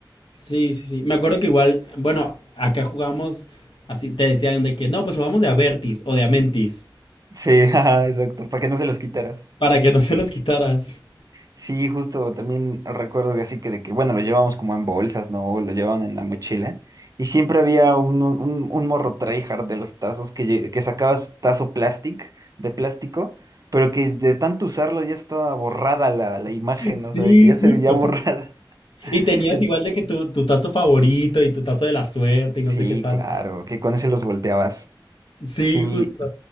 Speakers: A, on the left (about 70°); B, on the right (about 45°).
A: Sí, sí, sí. Me acuerdo que igual, bueno, acá jugamos así, te decían de que no, pues jugamos de Avertis o de Amentis,
B: Sí, <laughs> ajá, exacto, para que no se los quitaras.
A: para que no se los quitaras.
B: Sí, justo también recuerdo que así que de que, bueno, lo llevamos como en bolsas, ¿no? O Lo llevaban en la mochila. Y siempre había un, un, un morro tryhard de los tazos que, lle- que sacaba su tazo plastic, de plástico, pero que de tanto usarlo ya estaba borrada la, la imagen,
A: <laughs> Sí,
B: o sea, de que ya
A: justo.
B: se veía borrada. <laughs>
A: Y tenías
B: Eh,
A: igual de que tu, tu tazo favorito y tu tazo de la suerte
B: Sí,
A: y no sé qué tal.
B: claro, que con ese los volteabas.
A: Sí,
B: Sí,
A: justo.